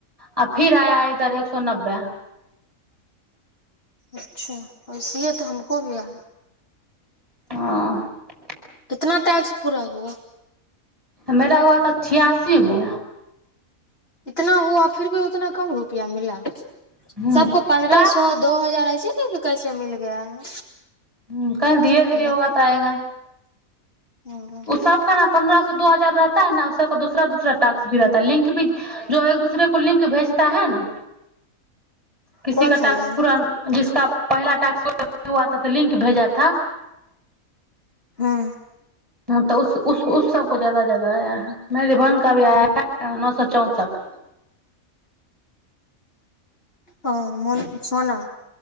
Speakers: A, on the right; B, on the left.
A: आ फिर आया इधर एक सए नब्बे
B: अच्छा इसीलए तऽ हमको भी आ
A: हँ
B: कितना टाक्स पूरा हुआ
A: मेरा हुआ तऽ छआसी गो
B: इतना हुआ फिर भी उतना कम रुपआ मिला
A: हम्म
B: सबको पन्द्रह
A: क्या
B: सए दो हजार आ ऐसै कैसे कैसे मिल गया है
A: ह कहल धीरे
B: उन
A: धीरे
B: लोग
A: होगा
B: को
A: तऽ आएगा
B: हम्म
A: ओ सब क ने पन्द्रह स दू हजार रहत न उस दूसरा दूसरा टास्क भी रहताै लिंक भी जो एक दूसरे को लिंक भेजता है न किसी
B: कौन
A: का
B: सा
A: टाक्स
B: लिंक
A: पुरा जिसका पहिला टाक्स हुआथा तऽ लिंक भेजाथा
B: हँ
A: तऽ उस उस उस सबको जादा जादा आया है मेरी बहन का भी आया है नौ सौ चौंसठ
B: हँ मो सोना